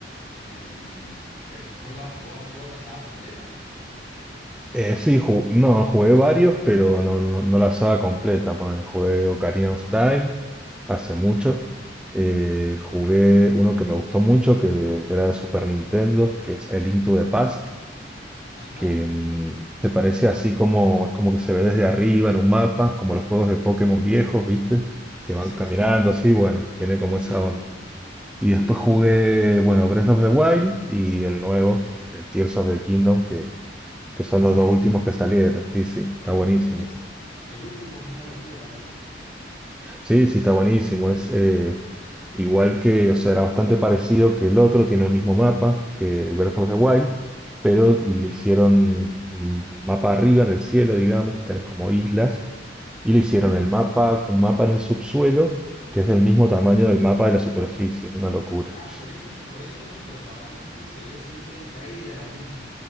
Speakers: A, on the left (about 45°); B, in the centre.
A: Em, pero si- ¿vos, la- vos has jugado la saga completa?
B: Eh, sí, ju- no, jugué varios, pero no, no, no la saga completa. Poner, jugué Ocarina of Time hace
A: Ajá.
B: mucho. Eh, jugué uno que me gustó mucho, que era de Super Nintendo, que es el Link to the Past,
A: Ajá.
B: que mm, se parece así como, es como que se ve desde arriba en un mapa, como los juegos de Pokémon viejos, ¿viste?
A: Sí,
B: Que van
A: sí,
B: caminando
A: sí, sí, sí,
B: así, bueno, tiene como
A: sí,
B: esa onda. Y
A: sí.
B: después jugué, bueno, Breath of the Wild y el nuevo, el Tears of the Kingdom, que que son
A: Ese,
B: los dos
A: ese,
B: últimos
A: ese,
B: que salieron. Sí, sí, está
A: es
B: buenísimo.
A: un- ese- el último es una locura, ¿o no?
B: Sí, sí, está buenísimo. Es eh, igual que, o sea, era bastante parecido que el otro, tiene el mismo mapa que Breath
A: Ajá,
B: of the Wild, pero le hicieron un mapa arriba en el cielo, digamos, tenés como islas, y le hicieron
A: ajá,
B: el mapa, un mapa en el subsuelo, que es del mismo
A: ajá.
B: tamaño del mapa de la superficie, es una locura.
A: Ah, por eso, es- por eso en las propagandas es que se ve siempre en caída, Link.